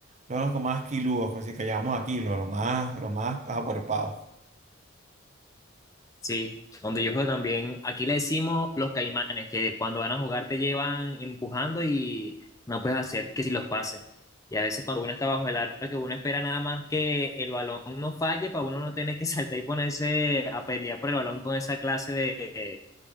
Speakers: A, on the right; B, on the left.
A: los los más quiludos, así que llamamos a kilo, los más, los más acuerpados.
B: Sí, donde yo juego también, aquí le decimos los caimanes, que cuando van a jugar te llevan empujando y no puedes hacer que si los pases. Y a veces cuando uno está bajo el arco, que uno espera nada más que el balón no falle para uno no tener que <laughs> saltar y ponerse a pelear por el balón con esa clase de,